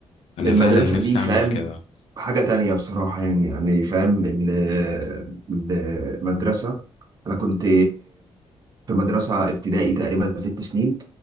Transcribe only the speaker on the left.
انا
فعلا نفسي
اعمل كده